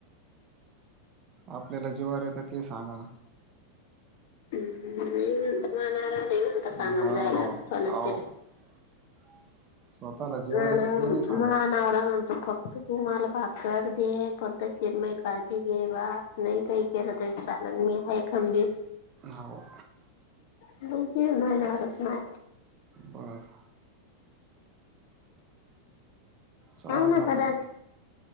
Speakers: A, on the right; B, on the left.
A: आपल्याला जेवार येतं ते सांगा ना!
B: आम्हाला नाय म्हणत
A: ना
B: कामाला
A: हाव
B: जायला
A: हाव
B: कोणाच्या!
A: <inaudible> जीवावर
B: मला
A: येतं ते नाही सांगायचं
B: माया नावरा म्हणतो फक्त! तू मला भाकर दे पद्धशीर माई काळजी घे बस नाही काही. तेज तेच चालेल मी आहे खंबीर.
A: हाव!
B: मी जेवणाच नाय आता.
A: बरं! चालन
B: हो ना
A: आता
B: खरचं.